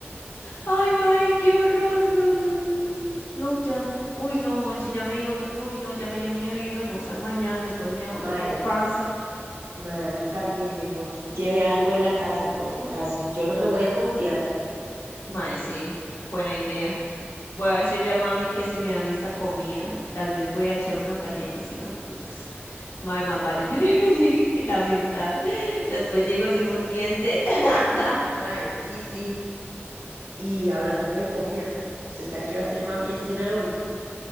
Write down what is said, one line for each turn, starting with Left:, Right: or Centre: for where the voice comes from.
Left: Ay, mae, qué horror. No, no, no, no, no. No, ya. Uy, no, Mochi, ya me dio, g- uy, no, ya me dio miedo ir a almorzar mañana, después me da dolor
Right: Mae,
Left: de panza.
Right: mae, a mí también mejor lleve algo de la casa por si acaso. Yo no me voy a confiar.
Left: Mae, sí, buena idea. Voy a decirle a mami que si me da lista comida y tal vez voy a echar unas galletas y unas frutas. Mae, más vale <laughs> prevenir que lamentar. Después llego
Right: Mae,
Left: sin un diente.
Right: sí,
Left: <laughs>
Right: mae, sí, sí. Y hablando de comida, ¿usted sabe qué va a hacer mami de cenar hoy?